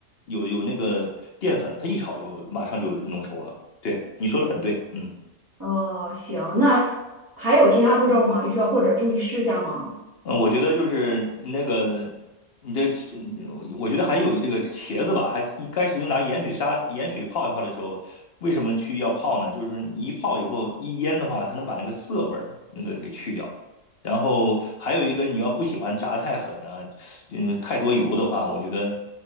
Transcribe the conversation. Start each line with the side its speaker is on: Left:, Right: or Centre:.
Left: 有有那个淀粉，它一炒就马上就浓稠了。对，你说的很对，嗯。
Right: 哦，行，那还有其他步骤吗？需要或者注意事项吗？
Left: 嗯，我觉得就是那个，你这，嗯我觉得还有这个茄子吧，还你开始用拿盐水沙的盐水泡一泡的时候，为什么去要泡呢？就是你一泡以后一腌的话，它能把那个涩味儿那个给去掉。然后还有一个，你要不喜欢炸太狠呢、嗯，太多油的话，我觉得，